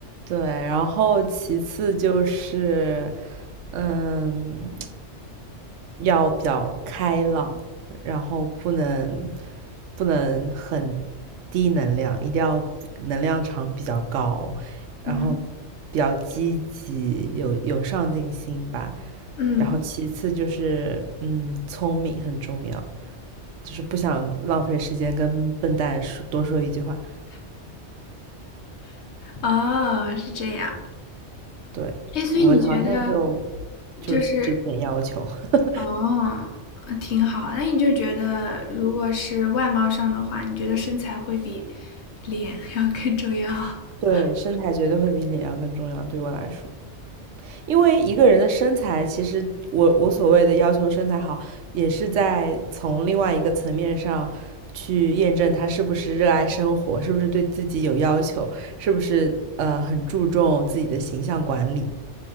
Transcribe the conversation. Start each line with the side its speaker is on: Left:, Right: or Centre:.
Right: 对，然后其次就是，嗯，要比较开朗，然后不能不能很低能量，一定要能量场比较高，然后
Left: 嗯
Right: 比较积极，有有上进心吧。
Left: 嗯，
Right: 然后其次就是，嗯，聪明很重要，就是不想浪费时间跟笨蛋说多说一句话。
Left: 哦，是这样。
Right: 对，
Left: 诶，所以你觉得，
Right: 我好像就就这点要求。
Left: 就是
Right: <laughs>
Left: 哦，呃，挺好。那你就觉得，如果是外貌上的话，你觉得身材会比脸 <laughs> 要更重要？<laughs>
Right: 对，身材绝对会比脸要更重要，对我来说，因为一个人的身材，其实我我所谓的要求身材好，也是在从另外一个层面上去验证他是不是热爱生活，是不是对自己有要求，是不是呃很注重自己的形象管理。